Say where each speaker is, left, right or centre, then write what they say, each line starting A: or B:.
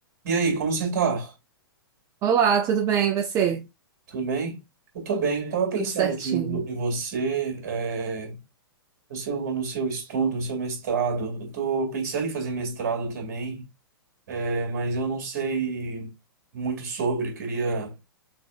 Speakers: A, on the right; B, on the right.
A: E aí, como você tá?
B: Olá, tudo bem? E você?
A: Tudo bem? Eu tô bem. Tava pensando
B: Tudo certinho.
A: aqui em vo- em você, é, no seu, no seu estudo, no seu mestrado. Eu tô pensando em fazer mestrado também, é, mas eu não sei muito sobre. Eu queria,